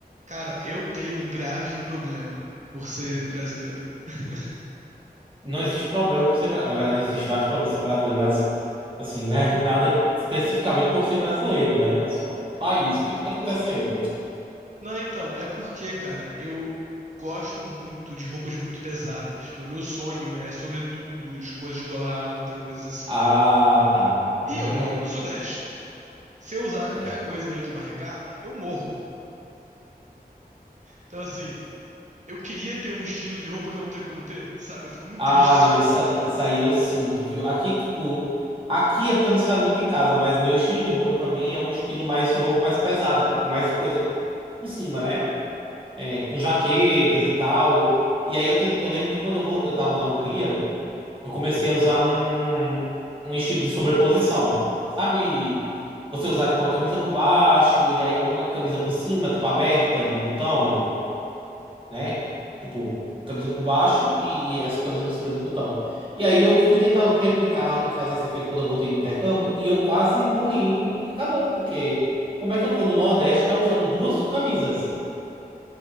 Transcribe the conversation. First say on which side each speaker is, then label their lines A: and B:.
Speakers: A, on the right; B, on the right.
A: Cara, eu tenho um grave problema por ser brasileiro. <laughs>
B: Não existe problema por ser brasileiro. Na verdade, existe vários problemas por ser brasileiro, mas assim, né? Nada especificamente por ser brasileiro, né? É só país. O que é que tá acontecendo?
A: Não, então, é porque, cara, eu gosto muito de roupas muito pesadas. Pois meu sonho é, sobretudo, as coisas de gola alta, coisas assim.
B: Ah, tá. Uhum.
A: E eu moro no Sudeste. Se eu usar
B: É.
A: qualquer coisa além de uma regata, eu morro. Então, assim, eu queria ter um estilo de roupa que eu não tenho como ter, sabe? Eu fico muito
B: Ah,
A: triste.
B: não,
A: <laughs>
B: isso, isso aí eu sinto, viu? Aqui, tipo. Aqui é porque eu não saio muito de casa, mas meu estilo de roupa também é um estilo mais de roupa mais pesada, tipo, mais coisa por cima, né? É, com jaquetas e tal. E aí eu, tentei, eu lembro que quando eu, vou, eu tava na Hungria. eu comecei a usar um, um estilo de sobreposição. Sabe? Você usar, tipo, uma camisa por baixo e aí uma camisa por cima, tipo, aberta, de botão, né? Tipo, camisa por baixo e, e essa camisa por cima de botão. E aí eu fui tentar replicar em fazer esse efeito quando eu voltei do intercâmbio e eu quase morri de calor, porque como é que eu vou no Nordeste estar usando duas camisas?